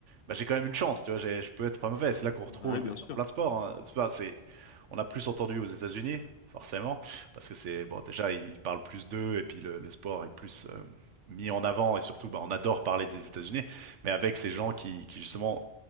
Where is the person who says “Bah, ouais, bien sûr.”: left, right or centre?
Left